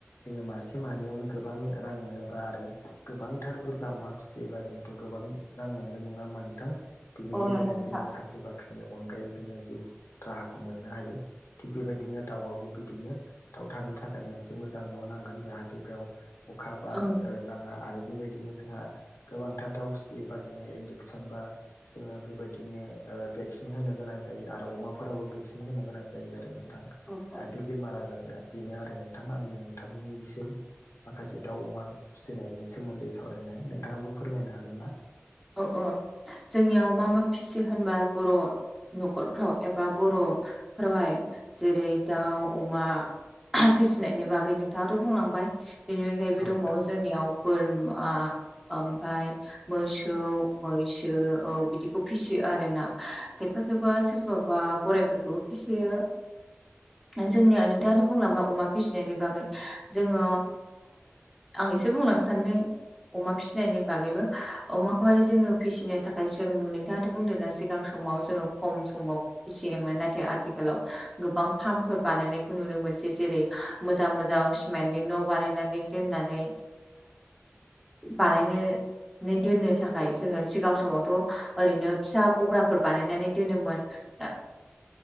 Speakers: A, on the left (about 85°); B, in the centre.
A: जोङो मासे मानैयावनो गोबां रां मोनोबा आरो गोबांथार बुरजा अमा फिसियोबा जोंथ' गोबां रां मोनगोन नङा होमा नोंथां? बिनि
B: औ
A: गेजेरजों
B: नंगौ नोंथां
A: जोङो साख्रि बाख्रिनि अनगायै जोङो जिउ राहाखौ मोनो। हायो थिग बेबायदिनो दाउआबो बिदिनो। दाउ थानो थाखाय मोनसे मोजां न' नांगोन जाहाथे बेयाव अखा बार
B: ओं
A: नाङा आरो बेबायदिनो जोंहा गोबांथार दाउ फिसियोबा जोङो इन्जेकसन बा जोङो बेबायदिनो भेक्सिन होनो गोनां जायो आरो अमाफोरावबो न होन गां जायो आरो नोंथां
B: औ औ
A: जाहाथे। बेमार आजार जाया बेनो आरो नोंथाङा आंनो नोंथांनिसिम माखासे दाउ अमा फिसिनायनि सोमोन्दै सावरायनाय नोंथाङाबो फोरमायनो हागोन ना?
B: औ औ जोंनियाव मा मा फिसि होनबा बर' न'खरफ्राव एबा बर'फोरावहाय जेरै दाउ अमा फिसिनायनि बागै नोंथाङाथ' बुंलांबाय बेनि अनगायैबो
A: औ
B: दंबावो
A: नोंथां
B: जोंनियाव बोरमा ओमफ्राय मोसौ मैसो औ बिदिखौ फिसियो आरोना खायफा खायफा सोरबाबा गराइफोरखौबो फिसियो। जोंनिया नोंथाङानो बुंलांबाय अमा फिसिनायनि बागै जोङो आं एसे बुंलांनो सानदों अमा फिनायनि बागैबो अमाखौहाय जोङो फिसिनो थाखाय जों नोंथाङाथ' बुंदोंना सिगां समाव जोङो खम समाव। बिसि एमा नाथाय आथिखालाव गोबां फार्मफोर बानायनायखौ नुनो मोनसै जेरै मोजां मोजां सिमेन्टनि न' बानायनानै दोननानै बानायनो नै दोननो थाखाय जोङो सिगां समावथ' ओरैनो फिसा गग्राफोर बानायनानै दोनोमोन। दा <unintelligible>